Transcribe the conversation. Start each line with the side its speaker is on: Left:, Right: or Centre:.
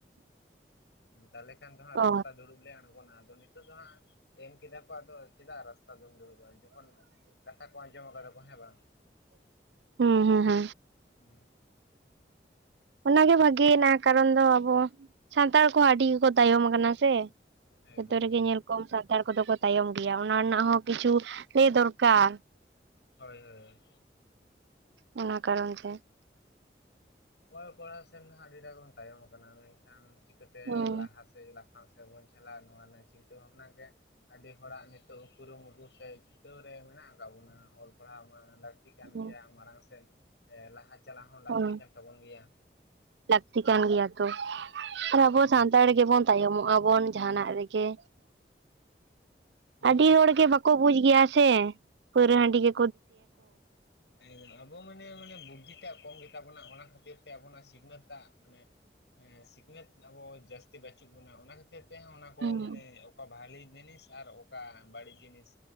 Left: ᱛᱟᱦᱚᱞ ᱠᱷᱟᱱ ᱫᱚᱦᱟᱸᱜ
Right: ᱚ
Left: ᱨᱟᱥᱛᱟ ᱫᱩᱲᱩᱵ ᱞᱮ ᱟᱬᱜᱚᱱᱟ ᱟᱫᱚ ᱱᱤᱛ ᱱᱤᱛᱚᱜ ᱫᱚ ᱦᱟᱸᱜ ᱮᱢ ᱠᱮᱫᱟ ᱠᱚ ᱟᱫᱚ ᱪᱮᱫᱟᱜ ᱨᱟᱥᱛᱟ ᱫᱚᱢ ᱫᱩᱲᱩᱵᱼᱟ ᱡᱚᱠᱷᱚᱱ ᱠᱟᱛᱷᱟ ᱠᱚ ᱟᱸᱡᱚᱢ ᱟᱠᱟᱫᱟ ᱠᱚ ᱦᱮᱸ ᱵᱟᱝ᱾
Right: ᱦᱩᱸ ᱦᱩᱸ ᱾
Left: ᱦᱩᱸ
Right: ᱚᱱᱟ ᱜᱮ ᱵᱷᱟᱹᱜᱤᱭᱮᱱᱟ, ᱠᱟᱨᱚᱱ ᱫᱚ ᱟᱵᱚ ᱥᱟᱱᱛᱟᱲ ᱠᱚᱦᱚᱸ ᱟᱹᱰᱤ ᱜᱮᱠᱚ ᱛᱟᱭᱚᱢ ᱠᱟᱱᱟ ᱥᱮ᱾
Left: ᱮᱠᱫᱚᱢ
Right: ᱡᱚᱛᱚ ᱨᱮᱜᱮ
Left: ᱮᱠᱫᱚᱢ
Right: ᱧᱮᱞ ᱠᱚᱢ ᱥᱟᱱᱛᱟᱲ ᱠᱚᱫᱚ ᱛᱟᱭᱚᱢ ᱜᱮᱭᱟ᱾ ᱚᱱᱟ ᱨᱮᱱᱟᱜ ᱦᱚᱸ ᱠᱤᱪᱷᱩ ᱞᱟᱹᱭ ᱫᱚᱨᱠᱟᱨ᱾
Left: ᱦᱳᱭ ᱦᱳᱭ᱾
Right: ᱚᱱᱟ ᱠᱟᱨᱚᱱ ᱛᱮ᱾
Left: ᱚᱞᱚᱜ ᱯᱟᱲᱦᱟᱣ ᱥᱮᱱ ᱫᱚ ᱦᱟᱸᱜ, ᱟᱹᱰᱤᱴᱟᱜ ᱵᱚᱱ ᱛᱟᱭᱚᱢ ᱠᱟᱱᱟ, ᱢᱮᱱᱠᱷᱟᱱ ᱪᱤᱠᱟᱹᱛᱮ
Right: ᱦᱩᱸ
Left: ᱞᱟᱦᱟ ᱥᱮᱫ ᱥᱮ ᱞᱟᱯᱷᱟᱝ ᱥᱮᱫ ᱵᱚᱱ ᱪᱟᱞᱟᱜᱼᱟ᱾ ᱱᱚᱣᱟ ᱨᱮᱱᱟᱜ ᱪᱤᱱᱛᱟᱹ ᱵᱷᱟᱵᱽᱱᱟ ᱜᱮ ᱟᱹᱰᱤ ᱦᱚᱲᱟᱜ ᱱᱤᱛᱚᱜ ᱠᱩᱨᱩᱢᱩᱴᱩ ᱥᱮ ᱪᱷᱩᱴᱟᱹᱣ ᱨᱮ ᱢᱮᱱᱟᱜ ᱟᱠᱟᱫ ᱵᱚᱱᱟ᱾ ᱚᱞ ᱯᱟᱲᱦᱟᱣ ᱢᱟ ᱪᱤᱠᱟᱹᱱ
Right: ᱦᱩᱸ
Left: ᱜᱮᱭᱟ ᱢᱟᱲᱟᱝ ᱥᱮᱫ ᱞᱟᱦᱟ ᱪᱟᱞᱟᱣ ᱦᱚᱸ ᱞᱟᱹᱠᱛᱤ
Right: ᱦᱩᱸ
Left: ᱠᱟᱱ ᱛᱟᱵᱚᱱ ᱜᱮᱭᱟ᱾
Right: ᱞᱟᱹᱠᱛᱤ ᱠᱟᱱ ᱜᱮᱭᱟ ᱛᱚ ᱟᱨ ᱟᱵᱚ
Left: ᱦᱩᱸ
Right: ᱥᱟᱱᱛᱟᱲ ᱜᱮᱵᱚᱱ ᱛᱟᱭᱚᱢᱚᱜᱼᱟ, ᱜᱮᱵᱚᱱ ᱡᱟᱦᱟᱱᱟᱜ ᱨᱮᱜᱮ,
Left: ᱦᱩᱸ
Right: ᱟᱹᱰᱤ ᱦᱚᱲᱜᱮ ᱠᱚ ᱵᱩᱡ ᱜᱮᱭᱟ ᱥᱮ ᱯᱟᱹᱣᱨᱟᱹ ᱦᱟᱺᱰᱤ ᱜᱮ
Left: ᱦᱮᱸ᱾ ᱟᱵᱚ ᱢᱟᱱᱮ ᱵᱩᱫᱽᱫᱷᱤᱴᱟᱜ ᱠᱚᱢ ᱜᱮᱛᱟ ᱵᱚᱱᱟ᱾ ᱚᱱᱟ ᱠᱷᱟᱹᱛᱤᱨ ᱛᱮ ᱟᱵᱚᱱᱟᱜ ᱥᱤᱠᱷᱱᱟᱹᱛᱟᱜ ᱢᱟᱱᱮ ᱥᱤᱠᱷᱱᱟᱹᱛ ᱟᱵᱚ ᱡᱟᱹᱥᱛᱤ ᱵᱟᱪᱩᱜ ᱵᱚᱱᱟ᱾ ᱚᱱᱟ ᱠᱷᱟᱹᱛᱤᱨ ᱦᱚᱛᱮᱫ ᱛᱮᱦᱚᱸ ᱚᱱᱟ ᱠᱚ
Right: ᱦᱩᱸ
Left: ᱢᱟᱱᱮ ᱚᱠᱟ ᱵᱷᱟᱹᱜᱤ ᱡᱤᱱᱤᱥ ᱟᱨ ᱚᱠᱟ ᱵᱟᱹᱲᱤᱡ ᱡᱤᱱᱤᱥ